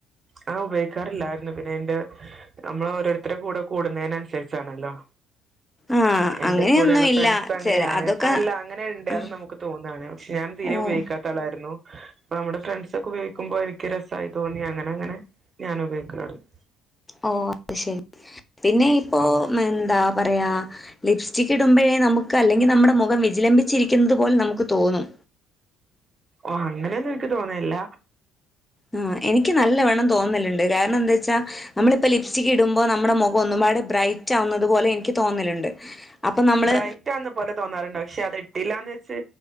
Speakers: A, on the right; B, on the left.
A: ഞാ ഉപയോഗിക്കാറില്ലായിരുന്നു പിന്നെ ഇന്റെ നമ്മള് ഓരോരുത്തരെ കൂടെ കൂടുന്നേനനുസരിച്ചാണല്ലോ
B: ആഹ്
A: എന്റെ
B: അങ്ങനെയൊന്നും
A: കൂടെയുള്ള ഫ്രണ്ട്സ്
B: ഇല്ല
A: അങ്ങനെയാണ്
B: ചെല അതൊക്കെ
A: അല്ല അങ്ങനെണ്ട്
B: ആഹ്
A: അത് നമുക്ക് തോന്നാണ് പക്ഷെ ഞാൻ തീരെ
B: ഓഹ്
A: ഉപയോഗിക്കാ ത്താളായിരുന്നു പ്പൊ നമ്മടെ ഫ്രണ്ട്സൊക്കെ ഉപയോഗിക്കുമ്പോ എനി ക്ക് രെസായി തോന്നി അങ്ങനെ അങ്ങനെ ഞാൻ ഉപയോഗിക്കല് തൊടങ്ങി
B: ഓഹ് അത് ശരി പിന്നെ ഇപ്പോ
A: ഉം
B: എന്താ പറയാ ലിപ്സ്റ്റിക്ക് ഇടുമ്പഴെ നമുക്ക് അല്ലെങ്കി നമ്മടെ മുഖം വിജിലംമ്പിച്ചിരിക്കുന്നത് പോലെ നമുക്ക് തോന്നും
A: ഓഹ് അങ്ങനെന്നും എനിക്ക് തോന്നലില്ല
B: ഉം എനിക്ക് നല്ല വണ്ണം തോന്നലിണ്ട് കാരണം എന്താച്ചാ നമ്മളിപ്പ ലിപ്സ്റ്റിക്ക് ഇടുമ്പോ നമ്മടെ മുഖം ഒന്നുപാട് ബ്രൈറ്റ് ആകുന്നത് പോലെ എനിക്ക് തോന്നലുണ്ട്. അപ്പൊ നമ്മള്
A: ബ്രയിറ്റാന്ന് പോലെ തോന്നാറുണ്ട് പക്ഷെ അത് ഇട്ടില്ലാന്ന് വെച്ച്